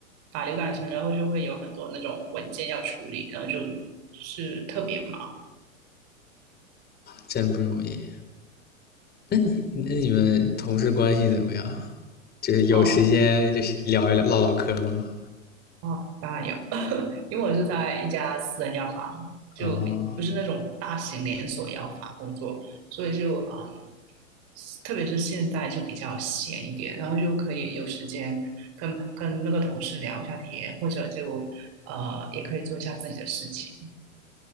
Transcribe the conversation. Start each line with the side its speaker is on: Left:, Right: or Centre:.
Right: 法律改成，然后就会有很多那种文件要处理，然后就是特别忙。
Left: 真不容易。那你那你们同事关系怎么样啊？就是有时间就是聊一聊唠唠嗑吗？
Right: 哦哦，当然有，因为我是在一家私人药房，就不是那种大型连锁药房工作，
Left: 哦，
Right: 所以就嗯，特别是现在就比较闲一点，然后就可以有时间跟跟那个同事聊一下天，或者就呃也可以做一下自己的事情。